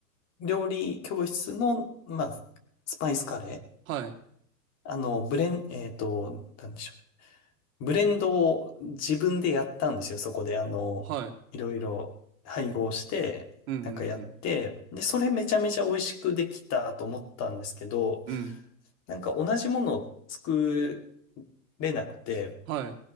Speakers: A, on the left (about 30°); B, on the right (about 55°).
A: 料理教室の、まあ、スパイスカレ
B: はい。
A: ー、あの、ブレン、えっと、なんでしょう。ブレンドを自分でやったんですよ。そこで、あの、
B: はい。
A: いろいろ配合して、
B: うんうん
A: なんかやって、で、それめちゃめちゃ美味しくできたと思ったんですけど、
B: うん。うん。
A: なんか同じものを作れなくて、
B: はい。